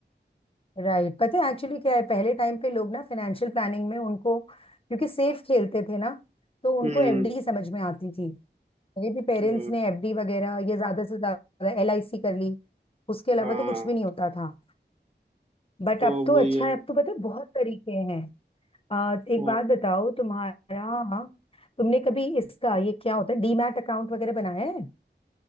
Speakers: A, on the left; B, on the right.
A: राइट पता है एक्चुअली क्या है पहले टाइम पे लोग ना फाइनेंशियल प्लानिंग में उनको क्योंकि सेफ खेलते थे ना तो उनको
B: हम्म
A: एफडी समझ में आती थी मेरे भी पेरेंट्स
B: अ,
A: ने एफडी वगैरह ये ज्यादा से ज्यादा एलआईसी कर ली उसके अलावा
B: हाँ
A: तो कुछ भी नहीं होता था बट
B: तो
A: अब तो
B: वो
A: अच्छा
B: ये
A: है अब तो पता है बहुत तरीके हैं आ, एक
B: तो
A: बात बताओ तुम्हारा तुमने कभी इसका ये क्या होता है डीमैट अकाउंट वगैरह बनाया है